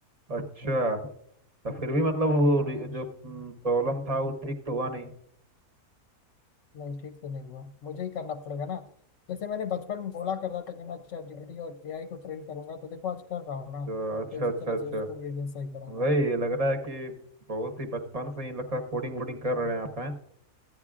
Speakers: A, on the right (about 30°); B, on the left (about 65°).
A: अच्छा तो फिर भी मतलब वो
B: हम्म,
A: रि- जो प्रॉब्लम था वो ठीक तो हुआ नहीं
B: नहीं ठीक से नहीं हुआ मुझे ही करना पड़ेगा ना जैसे मैंने बचपन में बोला कर रहा था कि मैं चैट जीपीटी और एआई को ट्रेन करूंगा तो देखो आज कर रहा हूँ ना
A: तो अच्छा
B: तो इसी
A: अच्छा
B: तरह
A: अच्छा
B: से उसको भी एक दिन सही करूंगा
A: वही लग रहा है कि बहुत ही बचपन से ही लगता है कोडिंग वोडिंग कर रहे हैं आप हैं